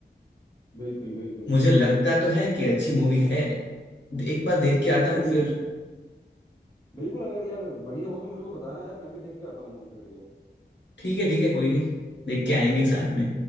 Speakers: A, on the left (about 20°); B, on the left (about 80°).
A: बिल्कुल बिल्कुल
B: मुझे
A: यार
B: लगता तो है कि अच्छी मूवी है एक बार देख के
A: चलो
B: आता
A: मैं
B: हूँ
A: भी
B: फिर
A: बिल्कुल अगर यार बढ़िया हो तो मेरे को बताना यार मैं भी देख के आता हूँ मूवी फिर ये
B: ठीक है ठीक है कोई नहीं देख के आएंगे साथ में